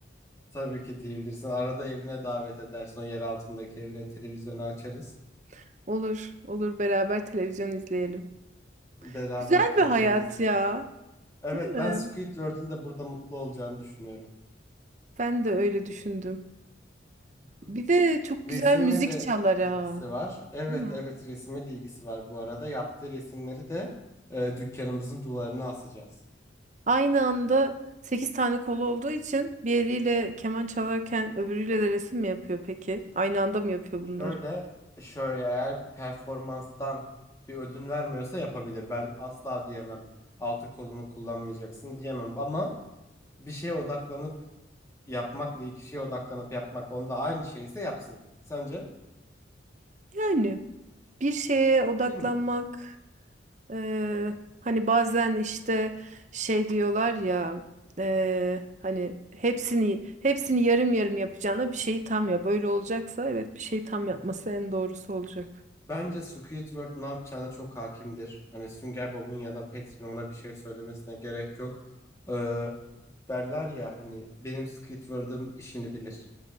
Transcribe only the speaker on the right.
<laughs> Olur, olur beraber televizyon izleyelim.
Güzel
bir hayat
ya,
değil mi?
Ben de öyle düşündüm.
Bir de çok
güzel müzik
çalar
ha,
değil mi?
Aynı anda 8 tane kolu olduğu için bir eliyle keman çalarken öbürüyle de resim mi yapıyor peki? Aynı anda mı yapıyor
bunları?
Yani bir şeye odaklanmak
eee, hani bazen işte şey diyorlar ya eee, hani hepsini hepsini yarım yarım yapacağına bir şeyi tam yap. Öyle olacaksa evet bir şeyi tam yapması en doğrusu olacak.